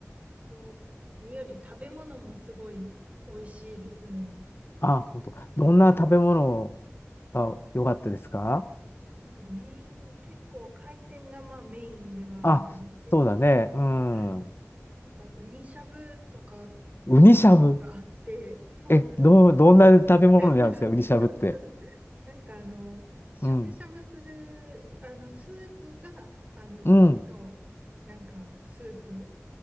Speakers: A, on the right; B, on the left.
A: あと、何より食べ物もすごい美味しいですね。
B: あ、本当。どんな食べ物が良かったですか
A: なんかメイン、結構海鮮がまあメインではあるんですけど、
B: あ、そうだね。うん。
A: はい。
B: ウ
A: なんかウニしゃぶとかが
B: ニしゃぶ。
A: あって、そうなんです。
B: え、どう、どんな食べ物になるんですかウニしゃぶって。
A: <laughs> なんかあの、しゃぶしゃぶする、
B: うん。
A: あの、スープが、あの、ウニの、
B: うん。
A: なんか、スープ